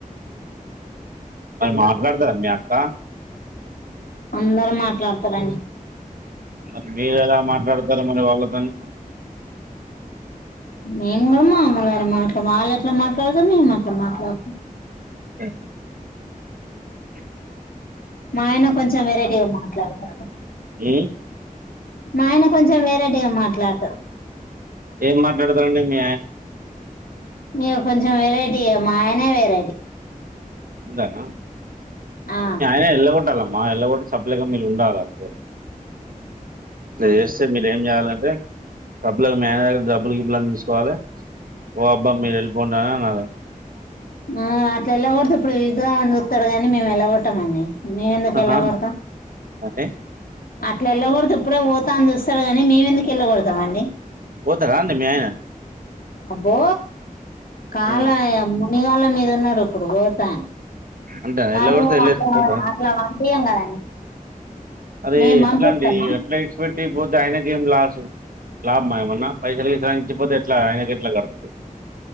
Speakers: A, on the right; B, on the left.
A: మరి మాట్లాడతారా మీ అక్కా
B: అందరు మాట్లాడతారండి
A: మరి మీరు ఎలా మాట్లాడతారు మరి వాళ్ళతోని
B: మేము కూడా మామలుగానే మాట్లా వాళ్ళ ఎట్లా మాట్లాడుతారు మేము అట్లే మాట్లాడుతాం
A: అ చె
B: మా ఆయన కొంచెం వెరైటీగా మాట్లాడతారు
A: ఉమ్
B: మా ఆయన కొంచెం వెరైటీగా మాట్లాడతారు
A: ఏం మాట్లాడతారండి మీ
B: ఇగ కొంచెం వెరైటీగా మా ఆయనే వెరైటీ
A: అంతేనా
B: ఆ
A: మీ అయన ఎల్లగొట్టల ఆ ఎల్లగొట్టి సప్లిగా మీరు ఉండాల అంతే తెలిస్తే మీరు ఏం చేయాలంటే డబ్బులు అవి మేనేజర్ డబ్బులు గిబ్బులన్నీ చూసుకోవాలి ఓబ్బా మీరు ఎల్పోండా మరి
B: హుమ్ అట్ల ఎల్లగొడితే ఎప్పుడు ఎల్తం అని చూస్తడు గానీ మేము ఎల్లగొట్టం అండి నేనెందుకు
A: ఆహా
B: ఎల్లగొడతా
A: అంటే
B: అట్లా ఎల్లగొడితే ఎప్పుడో పోతా అని చూస్తడు గానీ మేమెందుకు ఎల్లగొడతం అండి
A: పోతారా అండి మీ ఆయన
B: అబ్బో కాళ్ళ
A: ఆ,
B: మునిగాళ్ళ మీద ఉన్నాడు ఇప్పుడు పోతాని
A: అంటే
B: కానీ
A: ఎల్లగొడితే వెళ్ళేసి
B: అక్కడ
A: పోతారా
B: అకడ అంపీయము
A: అరే
B: మేము
A: ఎట్లా
B: పంపిస్తమా
A: అండి ఎట్లా ఇచ్చిపెట్టి పోతే ఆయనకి ఏం లాస్ లాభమయ ఏమన్నా పైసలు ఇచ్చిపోతే ఎట్లా ఆయనకి ఎట్లా కడతుంది